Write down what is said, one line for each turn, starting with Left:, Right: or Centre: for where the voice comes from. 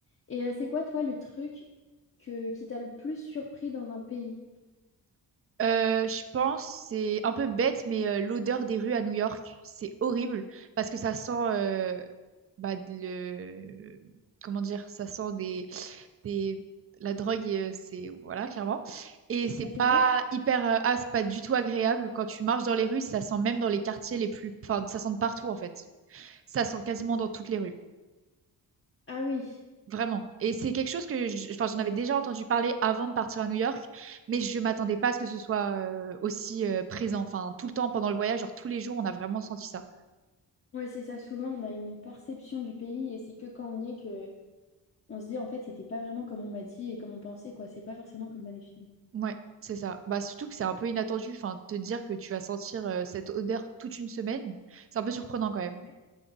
Left: Et euh, c'est quoi, toi, le truc que, qui t'a le plus surpris dans un pays?
Right: Euh, je pense, c'est un peu bête, mais euh, l'odeur des rues à New York, c'est horrible parce que ça sent, euh, bah, de le... comment dire, ça sent des, des... la drogue, euh, c'est voilà, clairement. Et c'est
Left: Ah,
Right: pas
Left: c'est vrai?
Right: hyper, euh, ah, c'est pas du tout agréable quand tu marches dans les rues, ça sent même dans les quartiers les plus, enfin, ça sent de partout en fait. Ça sent quasiment dans toutes les rues.
Left: Ah oui.
Right: Vraiment. Et c'est quelque chose que je- enfin, j'en avais déjà entendu parler avant de partir à New York, mais je m'attendais pas à ce que ce soit euh, aussi euh, présent. Enfin, tout le temps pendant le voyage, genre tous les jours, on a vraiment senti ça.
Left: Ouais, c'est ça. Souvent, on a une perception du pays et c'est que quand on y est que on se dit en fait, c'était pas vraiment comme on m'a dit et comme on pensait, quoi. C'est pas forcément comme dans les films.
Right: Ouais, c'est ça. Bah, surtout que c'est un peu inattendu. Enfin, te dire que tu vas sentir euh, cette odeur toute une semaine, c'est un peu surprenant quand même.
Left: Ouais.